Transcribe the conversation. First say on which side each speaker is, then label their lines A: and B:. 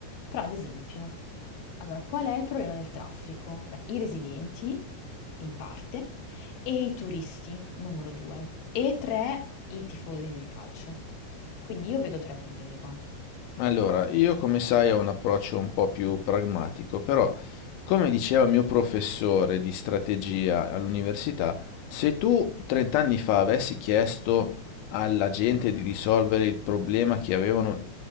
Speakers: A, on the left; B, on the left.
A: Però ad esempio, allora qual è il problema del traffico? Beh, i residenti, in parte, e i turisti, numero due, e tre, i tifosi del calcio. Quindi io vedo tre problemi qua.
B: Allora, io come sai ho un approccio un po' più pragmatico, però come diceva il mio professore di strategia all'università, se tu 30 anni fa avessi chiesto alla gente di risolvere il problema che avevano